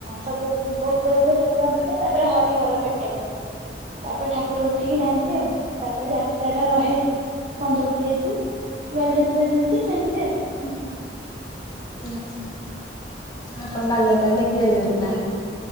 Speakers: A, on the right (about 35°); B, on the left (about 20°).
A: ସବୁ ଭୋଗ ହୁଏ ଠାକୁରଙ୍କ ପାଖରେ ତାପରେ ହରି ହର ଭେଟ ଭେଟ ହୁଏ ତାପରେ ଠାକୁର ଉଠିକି ଯାଆନ୍ତି ଆଉ। ତାପରେ ଯାତ୍ରା ଟା ରହେ ପନ୍ଦର କୋଡିଏ ଦିନ ବାଲିଯାତ୍ରା ଯେମିତି ସେମିତି ଆଉ।
B: ହୁଁ ହୁଁ। ଆଛା ଆପଣ ବାଲିଯାତ୍ର ଦେଖି ଯାଇଚନ୍ତି ତାହେଲେ।